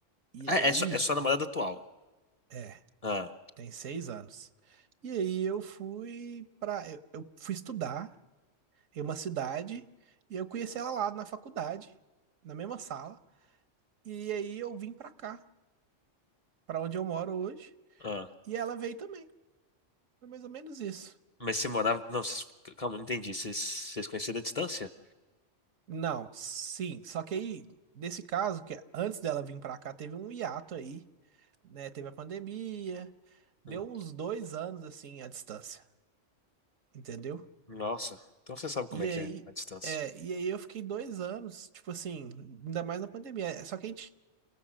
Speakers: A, on the right; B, on the left.
A: E
B: Ah, é
A: aí,
B: é só, é sua namorada atual.
A: é,
B: Ah,
A: tem seis anos. E aí eu fui pra. eu eu fui estudar em uma cidade e eu conheci ela lá na faculdade, na mesma sala. E aí eu vim pra cá, pra onde eu moro hoje,
B: ah.
A: e ela veio também. Foi mais ou menos isso.
B: Mas você morava. Não, vocês- calma, não entendi. Vocês, vocês conheceram a distância?
A: Não, sim, só que aí, nesse caso, que antes dela vir pra cá, teve um hiato aí, né? Teve a pandemia, deu
B: Hum,
A: uns dois anos assim à distância, entendeu?
B: Nossa, então você sabe como
A: E
B: é que
A: aí,
B: é a distância.
A: é, e aí eu fiquei dois anos, tipo assim, ainda mais na pandemia. É, Só que a gente